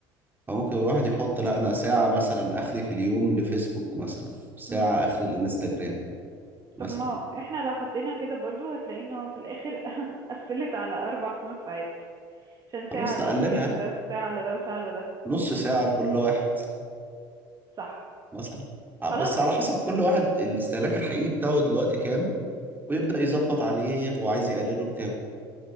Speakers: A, on the right; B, on the right.
A: أو ممكن الواحد يحط لا أنا ساعة مثلا آخري في اليوم لفيسبوك مثلا ساعة
B: امم
A: آخري للإنستجرام مثلا
B: طب ما احنا لو حطينا كده برضو هتلاقي ان هو في الاخر <laughs> قفلت على اربع خمس ساعات عشان
A: خلاص
B: ساعة على الابليكيشن
A: نقللها
B: ده ساعة على ده وساعة على ده
A: نص ساعة لكل واحد
B: صح
A: مثلا ع- بس
B: خلاص
A: على حسب كل واحد الاستهلاك الحقيقي بتاعه دلوقتي كام ويبدأ يظبط عليه هو عايز يقلله لكام